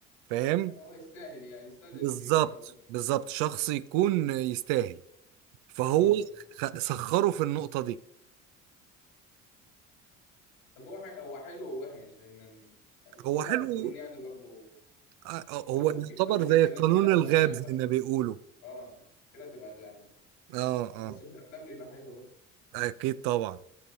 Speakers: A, on the right; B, on the left.
A: فاهم
B: يعني هو يستاهل يعني يستاهل
A: بالظبط
B: اللي بيجرى له
A: بالظبط شخص يكون يستاهل فهو
B: اه
A: خ- سخره في النقطة دي
B: طب هو ح- هو حلو ووحش لان الخروج
A: هو حلو
B: عن القانون يعني برضه
A: آه، آه، هو
B: لو
A: يعتبر
B: ج- لو جيت
A: زي
B: اتكلمت
A: قانون
B: كده هتبقى
A: الغاب
B: غابة
A: زي ما بيقولوا
B: اه كده هتبقى غابة
A: اه اه
B: بس في الافلام بيبقى حلو بقى
A: اكيد طبعا